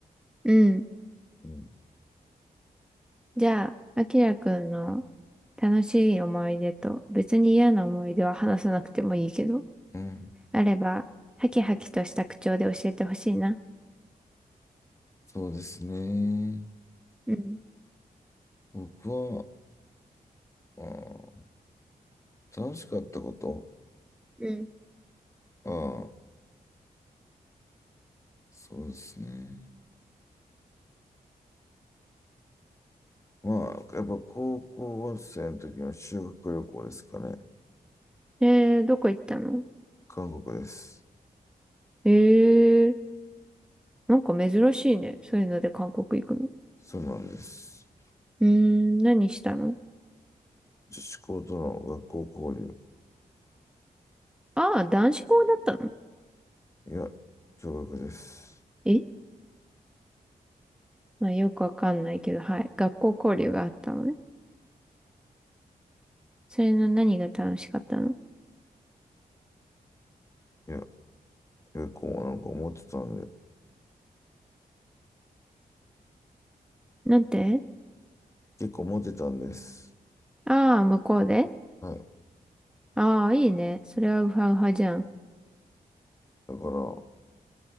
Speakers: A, in the centre; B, on the left (about 20°).
A: うん。
B: うん。
A: じゃあ、あきらくんの楽しい思い出と別に嫌な思い出は話さなくてもいいけど、
B: うん。
A: あれば、ハキハキとした口調で教えてほしいな。
B: そうですね。
A: うん。
B: 僕は、あー楽しかったこと。
A: うん。
B: ああ、そうですね。まあ、やっぱ高校生の時の修学旅行ですかね。
A: えー、どこ行ったの
B: 韓国です。
A: えー、なんか珍しいね。そういうので韓国行くの。
B: そうなんです。
A: うーん、何したの
B: 女子校との学校交
A: ああ、男子校だったの
B: 流。いや、驚愕です。
A: えまあよくわかんないけど、はい。学校交流があったのね。それの何が楽しかったの
B: いや、結構なんか思ってたんで、
A: なんて
B: 結構モってたんです。
A: ああ、向こうで
B: はい。
A: ああ、いいね。それはウハウハじゃん。
B: だから、